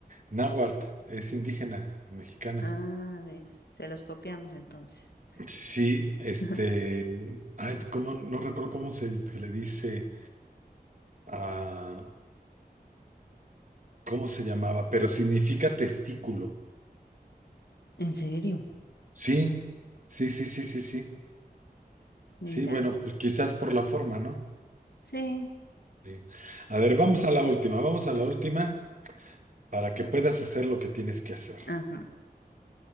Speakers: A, on the right; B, on the left.
A: náhuatl, es indígena mexicana.
B: Ah, ves, se los copiamos entonces.
A: Sí, este,
B: <laughs>
A: ay, cómo- no recuerdo cómo se, se le dice a, cómo se llamaba, pero significa testículo.
B: ¿En serio?
A: Sí, sí, sí, sí, sí, sí.
B: Mira,
A: Sí, bueno, pues quizás por la forma, ¿no?
B: sí.
A: Sí. A ver, vamos a la última, vamos a la última para que puedas hacer lo que tienes que hacer.
B: Ajá,